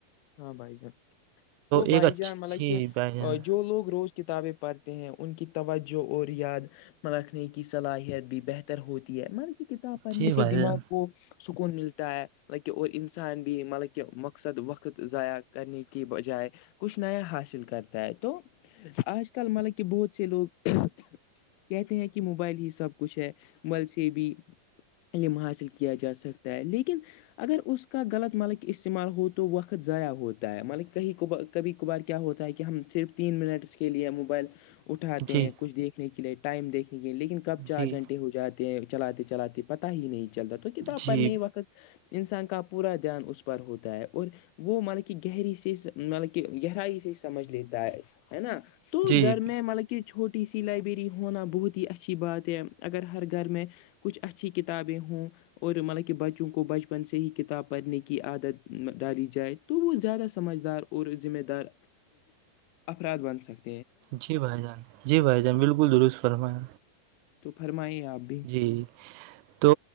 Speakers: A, on the left; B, on the right.
A: ہاں بھائی جان تو بائی
B: ایک اچھی
A: جان مطلب کہ
B: بھائی جان
A: جو لوگ روز کتابیں پڑھتے ہیں ان کی توجہ اور یاد میں رکھنے کی صلاحیت بھی بہتر ہوتی ہے م کتاب پڑھنے
B: جی
A: سے
B: بھائی
A: دماغ
B: جان
A: کو سکون ملتا ہے اور انسان بھی مطلب کہہ مقصد وقت ضائع کرنے کے بجائے کچھ نیا حاصل کرتا ہے تو آج کل مطلب کہ بہت سے لوگ کہتے ہیں کہ موبائل ہی سب کچھ ہے مل سے بھی علم حاصل کیا جا سکتا ہے لیکن اگر اس کا غلط مالک استعمال ہو تو وقت ضائع ہوتا ہے ملک کہیں کبار کبھی کبھار کیا ہوتا ہے کہ ہم صرف تین منٹ اس کے لیے موبائل اٹھاتے
B: جی
A: ہیں کچھ دیکھنے کے لیے ٹائم دیکھنے کے لیے لیکن کب چار
B: جی
A: گھنٹے ہو جاتے ہیں چلاتے چلاتے پتا ہی نہیں چلتا تو کتاب
B: جی
A: پڑنے وقت انسان کا پورا دھیان اس پر ہوتا ہے اور وہ مطلب کہ گہری سے مطلب کہ گہرائی سے سمجھ لیتا ہے ہے نا تو
B: جی
A: گھر میں مطلب کہ چھوٹی سی لائبریری ہونا بہت ہی اچھی بات ہے اگر ہر گھر میں کچھ اچھی کتابیں ہوں اور مطلب کہ بچوں کو بچپن سے ہی کتاب پڑھنے کی عادت ڈالی جائے تو وہ زیادہ سمجھدار اور ذمہ دار افراد بن سکتے ہیں
B: جی بھائی جان جی بھائی جان بالکل درست فرمایا
A: تو فرمائیے آپ بھی
B: جی تو